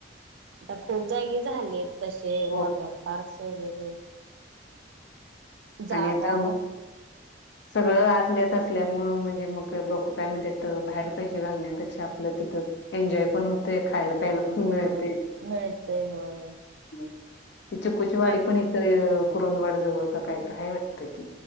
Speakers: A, on the right; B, on the left.
A: आता खूप जागी झालेत. तसे,
B: हो.
A: वॉटर पार्क्स वगैरे जागा
B: आणि आता,
A: भरपूर
B: सगळं आतल्या आत असल्यामुळं म्हणजे मग लोकं काय म्हणत्यात तर बाहेर पैसे घालण्यापेक्षा आपलं तिथंच एन्जॉय पण होते. खायला प्यायला पण
A: होय.
B: मिळते
A: मिळतेय होय.
B: ती चीकूची वाडी
A: का
B: पण इथ कुरंदवाड जवळ का कायतर हाय वाटतं की,